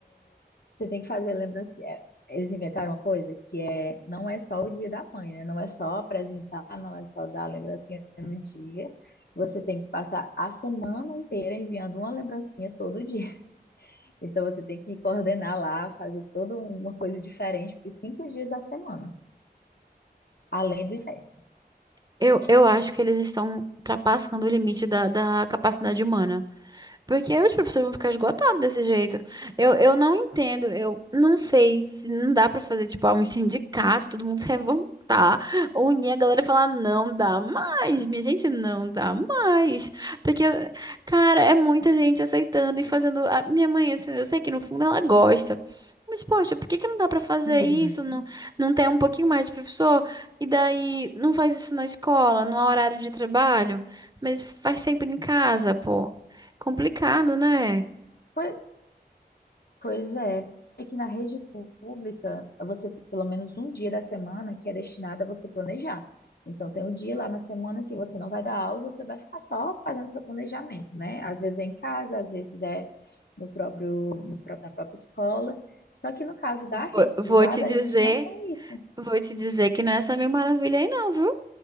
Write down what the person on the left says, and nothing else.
Você tem que fazer lembrancinha. é, Eles inventaram uma coisa que é, não é só o dia da mãe, né? Não é só apresentar, não é só dar lembrancinha no dia. Você tem que passar a semana inteira enviando uma lembrancinha todo dia. <laughs> Então você tem que coordenar lá, fazer toda uma coisa diferente por cinco dias da semana, além do festa.
Uhum.
Foi, Pois é, é que na rede pública você tem pelo menos um dia da semana que é destinado a você planejar. Então tem um dia lá na semana que você não vai dar aula, você vai ficar só fazendo seu planejamento, né? Às vezes é em casa, às vezes é no próprio, no próprio- na própria escola. Só que no caso da
rede
privada,
a gente não tem isso.